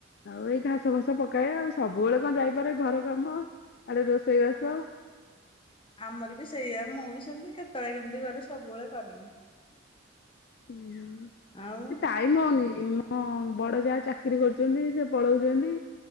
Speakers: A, on the left; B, on the left.
A: ଆଉ ଏଇ ଘାସ ଫାସ ପକାଏ ଆଉ ସବୁବେଳେ କଣ ଯାଇପାରେ ଘର କାମ ଆରେ ରୋଷେଇବାସ
B: ଆମର ବି ସେଇଆ ମୁଁ ବି ସେମିତି କେତେବେଳେ କେମିତି କରେ ସବୁବେଳେ କରେନି
A: ହୁଁ
B: ଆଉ
A: ଟାଇମ ହଉନି ମୋ ବଡ ଯା ଚାକିରୀ କରୁଛନ୍ତି ସେ ପଳଉଛନ୍ତି